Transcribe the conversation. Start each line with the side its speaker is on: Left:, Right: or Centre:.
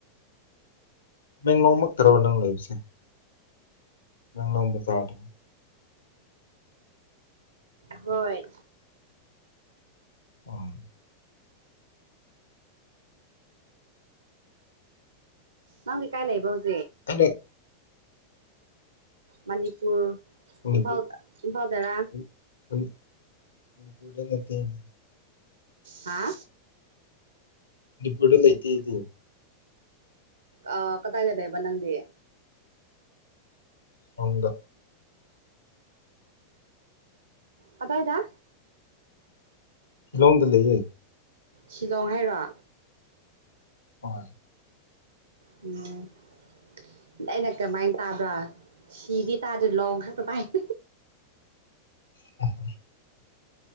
Left: ꯃꯦꯡꯂꯣꯡꯃꯛꯇꯔꯣ ꯅꯪ ꯂꯩꯕꯁꯦ ꯂꯝꯂꯣꯡ ꯕꯥꯖꯥꯔ ꯗꯥꯒꯤ
Right: ꯍꯣꯏ
Left: ꯎꯝ
Right: ꯅꯪꯗꯤ ꯀꯥꯏ ꯂꯩꯕ꯭ꯔꯣ ꯍꯨꯖꯤ
Left: ꯑꯩꯗꯤ
Right: ꯃꯅꯤꯄꯨꯔ
Left: ꯃꯅꯤꯄꯨꯔ
Right: ꯏꯝꯐꯥꯜ ꯏꯝꯐꯥꯜ ꯗꯔꯥ
Left: ꯃꯅꯤ- ꯃꯅꯤ- ꯃꯅꯤꯄꯨꯔꯗ ꯅꯠꯇꯦ ꯑꯩꯗꯤ
Right: ꯍꯥ
Left: ꯃꯅꯤꯄꯨꯔꯗ ꯂꯩꯇꯦ ꯑꯩꯗꯤ
Right: ꯑ ꯀꯗꯥꯏꯗ ꯂꯩꯕ ꯅꯪꯗꯤ
Left: ꯁꯪꯗ
Right: ꯀꯗꯥꯏꯗ
Left: ꯥꯁꯤꯂꯣꯡꯗ ꯂꯩꯌꯦ
Right: ꯁꯤꯂꯣꯡ ꯍꯥꯏꯔꯣ
Left: ꯍꯣꯏ
Right: <unintelligible> ꯑꯩꯅ ꯀ꯭ꯔꯃꯥꯏꯅ ꯇꯥꯕ꯭ꯔ ꯁꯤꯒꯤ ꯇꯥꯗꯨꯂꯣꯡ ꯈꯛꯇꯃꯥꯏ <inaudible>
Left: <inaudible>